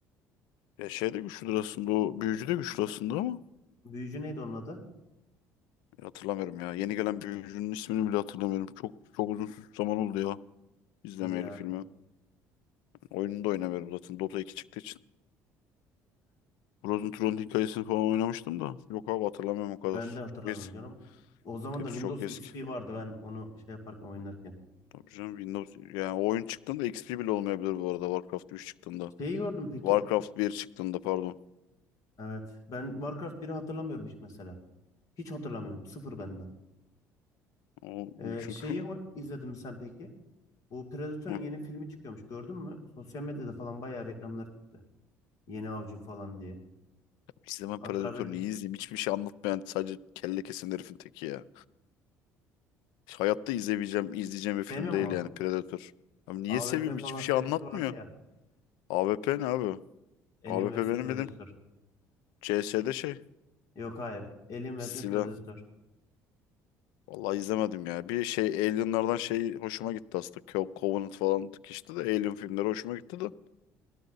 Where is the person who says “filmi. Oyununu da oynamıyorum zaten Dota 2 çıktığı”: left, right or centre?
Left